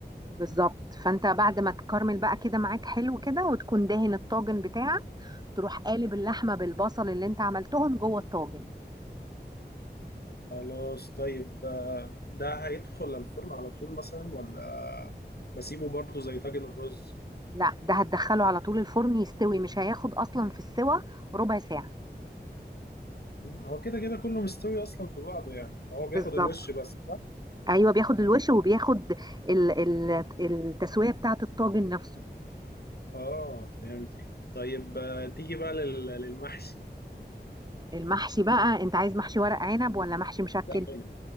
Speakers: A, on the right (about 20°); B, on the left (about 65°).
A: بالظبط فانت بعد ما تكرمل بقى كده معاك حلو كده وتكون دهن الطاجن بتاعك تروح قالب اللحمه بالبصل اللي انت عملتهم جوه الطاجن
B: خلاص طيب آه، ده هيدخل الفرن على طول مثلا ولا بسيبه برضه زي طاجن الرز
A: لا ده هتدخله على طول الفرن يستوي مش هياخد اصلا في السوى ربع ساعه
B: مم. هو كده كده كله مستوي اصلا في بعضه يعني فهو
A: بالظبط
B: بياخد الوش بس صح؟
A: ايوه بياخد الوش وبياخد ال ال التسويه بتاعه الطاجن نفسه
B: اه فهمتك طيب آه، تيجي بقى لل- للمحشي
A: المحشي بقى انت عايز محشي ورق عنب ولا محشي مشكل
B: لا عنب.